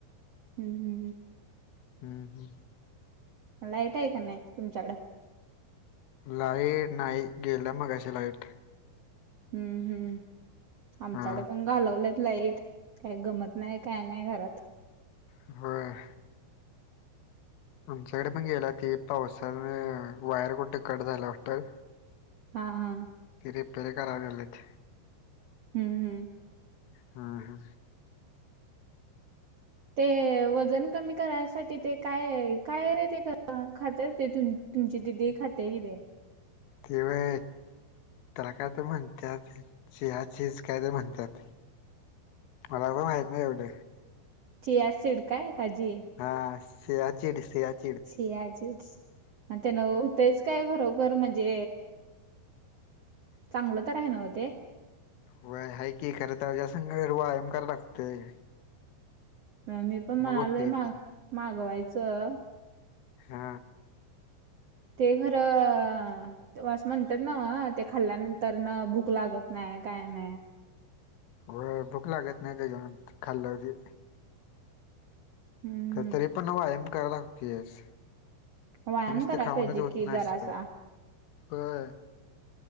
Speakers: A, on the right (about 75°); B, on the left (about 85°).
A: हु हु.
B: हू हू.
A: लाईट हाय का नाही तुमच्याकडं?
B: लाईट नाही, गेल्या मगाशी लाईट.
A: हू हू, आमच्याकड
B: हा
A: पण घालवल्यात लाईट. काय गमत नाही काय नाही घरात.
B: व्हय. आमच्याकड पण गेल्या की, पावसा न वायर कुठं कट झालंय वाटतं.
A: हा हा.
B: ति रीपेर कराय लागलेथ.
A: हू हू.
B: हा हा.
A: ते वजन कमी करायसाठी ते काय काय रे ते खात्यात ते तुम तुमची दिदी खात्या कि तेे
B: ते व्हय तेला काय तर म्हणत्यात, सिया चीज काय तर म्हणत्यात. मला पणं माहीत नाही एवढ.
A: चीया शिड काय का जीया?
B: हा सीयाचिड, सीयाचीड.
A: सिया चिड्स आन त्यान होतयच. काय खरोखर म्हणजे चांगलं तर हाय न्हव ते?
B: व्हय हाय की, खर त्याच्या संग व्यायाम कराय लागतय.
A: म मी पण म्हणालोय
B: होते
A: माग
B: ते
A: मागवायचं.
B: हा.
A: ते खर अ. तवाच म्हणत्यात नव ते खाल्ल्यानंतरन भूक लागत नाही, काय नाही.
B: होय भुक लागत नाही ते खाल्ल की
A: हूम्म.
B: तरी पण वायम करायला लागतोयाचं.
A: व्यायाम
B: ते नुसत
A: करायला
B: खाऊनच
A: पाहिजे
B: होत
A: कि
B: नसतय
A: जरासा
B: <unintelligible>